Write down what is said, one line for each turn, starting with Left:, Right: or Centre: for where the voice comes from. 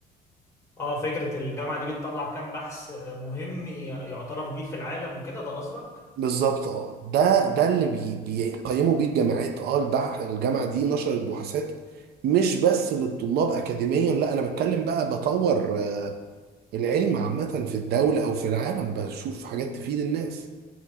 Left: اه فكرة الجامعة دي بتطلع كام بحث آه، مهم ي- يعترف بيه في العالم وكده ده قصدك
Right: بالظبط اه ده ده اللي بي بيقيموا بيه الجامعات اه البح- الجامعه دي نشرت بحوثات مش بس للطلاب اكاديميا لا انا بتكلم بقى بطور العلم عامة في الدولة أو في العالم بشوف حاجات تفيد الناس